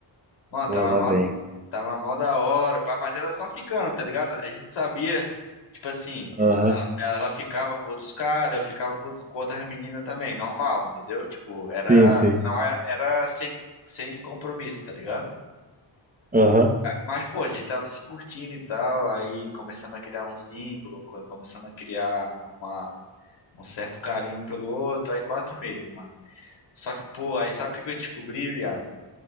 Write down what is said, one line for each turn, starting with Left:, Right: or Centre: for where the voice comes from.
Left: Mano,
Right: Pô,
Left: tava
Right: lá
Left: mal,
Right: vem.
Left: Tava mó da hora, pá, mas era só ficando, tá ligado? A gente sabia, tipo assim,
Right: Aham.
Left: ela ficava com outros caras, eu ficava com, com outras meninas também, normal, entendeu? Tipo, era,
Right: Sim, sim.
Left: não era, era sem, sem compromisso, tá ligado?
Right: Aham.
Left: Mas, pô, a gente tava se curtindo e tal, aí começamos a criar uns vínculos, co- começamos a criar uma, um certo carinho um pelo outro, aí quatro meses, mano. Só que, pô, aí sabe o que que eu descobri, viado?